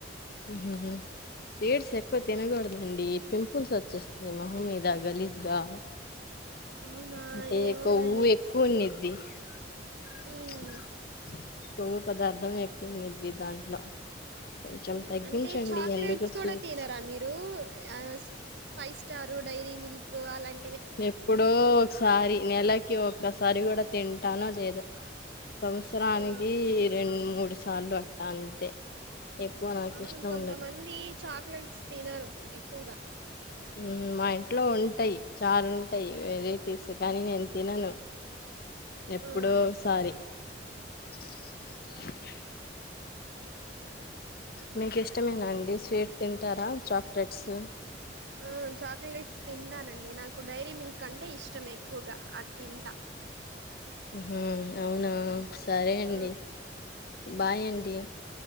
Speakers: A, on the left (about 50°); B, on the right (about 60°).
A: హుమ్ హుహు స్వీట్స్ ఎక్కువ తిన్ గుడదండి పింపుల్స్ వచ్చేస్తయ్ మొహం మీద గలీజ్గా
B: అవునా
A: అంటే
B: ఏమోనండి
A: కొవ్వు ఎక్కువునుది <inaudible>
B: ఉమ్
A: <unintelligible> కొవ్వు పదార్థం ఎకువునిది దాంట్లో కొంచెం
B: హ్మ్
A: తగ్గించండి
B: అంటే చాక్లెట్స్
A: ఎందుకు స్వీట్స్
B: కూడ తినరా మీరు ఆస్ ఫైవ్ స్టారు డైరీ మిల్క్ అలం
A: ఎప్పుడో ఒక్ సారి నెలకి ఒక్కసారి గుడ తింటానో లేదో సంవత్సరానికీ
B: ఆ
A: రెండు మూడు సాన్ర అంతే ఎక్కువ నాకు
B: అవును
A: ఇష్టం
B: కొంత
A: ఉండదు
B: మంది చా క్లేట్స్ తినరు ఎక్కువగా
A: ఉమ్ మా ఇంట్లో ఉంటాయి చార్ ఉంటాయి వెరైటీస్ కానీ నేను తినను ఎప్పుడోసారి
B: ఆ
A: <inaudible> <unintelligible> మీకిష్టమేనా అండి స్వీట్ తింటారా చాక్లెట్స్
B: ఆ చాక్లెట్స్ తింటానండి నాకు డైరీ మిల్క్ అంటే ఇష్టం ఎక్కువగా అది తింటా
A: ఉహుమ్ అవునా సరే
B: ఆ
A: అండి బాయండి